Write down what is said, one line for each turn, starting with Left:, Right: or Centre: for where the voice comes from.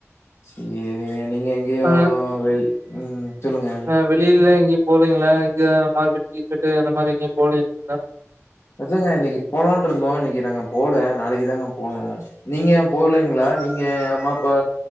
Left: சேரிங்க நீங்க எங்கேயு
Right: ஆ
Left: வெள் உம் சொல்லுங்க
Right: ஆ வெளியில எங்கேயு போலீங்ளா இங்க மார்கெட்டுகீர்க்கட்டு அந்த மாரி எங்கேயு போலிங்ளா
Left: அதாங்க இன்னைக்கு போலான் இருந்தோ இன்னைக்கு நாங்க போல நாளைக்கு தாங்க போனு நீங்க போலீங்ளா நீங்க அம்மா அப்பா